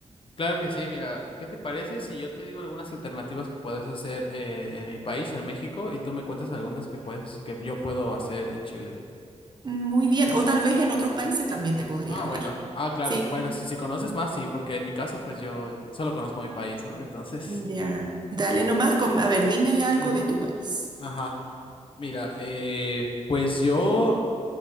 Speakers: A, on the left; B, on the right.
A: Claro que sí, mira, ¿qué te parece si yo te digo algunas alternativas que puedes hacer eh, en mi país, en México, y tú me cuentas algunas que puedes, que yo puedo hacer en Chile?
B: Muy bien. O tal vez en otros países también te podría
A: Ah,
B: hablar.
A: bueno, ah, claro.
B: Sí,
A: Bueno, si, si conoces más, sí, porque en mi caso, pues yo solo conozco mi país, ¿no? Entonces,
B: ya. Dale nomás. con- a ver, dime
A: <laughs>
B: algo
A: ujú,
B: de tu país.
A: Ajá. Mira, eh, pues yo